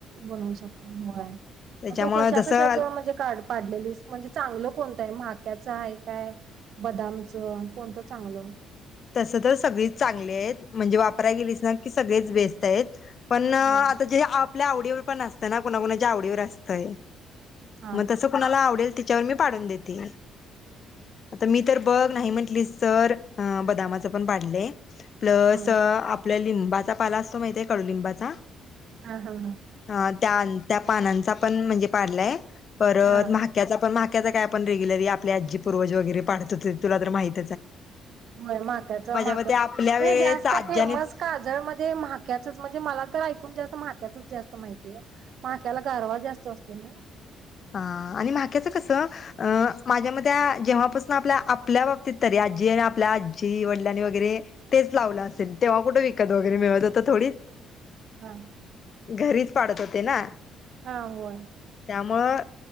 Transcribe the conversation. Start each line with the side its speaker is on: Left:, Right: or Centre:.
Right: बनवू शकतो व्हय
Left: त्याच्यामुळे
Right: तु कशा
Left: जसं
Right: कशा च म्हणजे काढ- पाडलेली म्हणजे चांगलं कोणतं आहे म्हक्याचं आहे काय बदामचं कोणतं चांगलं?
Left: तस तर सगळीच चांगली आहेत म्हणजे वापरायला गेलीस ना की सगळेच बेस्ट आहेत. पण आता
Right: हा
Left: जे आपल्या आवडीवर पण असतं ना कोणाकुणाच्या आवडीवर असतय
Right: हा.
Left: मग तस कुणाला आवडेल तच्यावर मी पाडून देते आता मी तर बघ नाही म्हनलीस तर बदामाचे पण पाडलंय. प्लस आपल
Right: हा
Left: असं - आपल्या लिंबाचा पाला असतो माहिती आहे कडु लिंबाचा
Right: हा हा हा
Left: अ त्या त्या पानांचा पण म्हणजे पाडलाय परत
Right: हा
Left: म- त्याच आपण मक्याच काय आपण रेगुलरी आपली आजी पूर्वज वगैरे पाडत हुते तुला तर माहितीच हाय
Right: य माक्याच माक
Left: मते
Right: म्हणे
Left: आपल्या वेळेच
Right: जास्त
Left: आज्यानेच
Right: फेमस काजळ म ते म्हाक्या म्हणजे मला तर ऐकून जास्त म्हक्याचच जास्त माहिती ये- माक्याला गारवा जास्त असतो ना
Left: हा आणि माक्याच कस माझ्यामध्ये त्या जेव्हापासनं आपल्या आपल्या बाबतीत तरी आजी आणि आपल्या आजी वडिल आणि वगैरे- तेच लावलं असेल तेव्हा कुठे विकत वगैरे मिळत होता थोडीच-
Right: हा.....
Left: घरीच पाडत होते ना
Right: हा होय....
Left: त्यामुळं